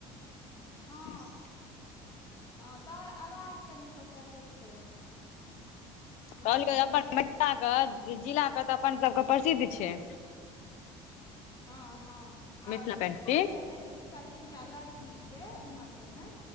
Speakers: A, on the left; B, on the left.
A: हँ
B: <inaudible>
A: हँ तोहर आवाज कनिकिकँ कटै छौ हु
B: कहलियौ अपन मिथिला के जिला के तऽ अपन सबके प्रसिद्ध छै
A: हँ हँ आर
B: मिथिला पेंटिंग
A: देखलियै कएटा दूटा तीन टा लड़की के उम्हर सबमे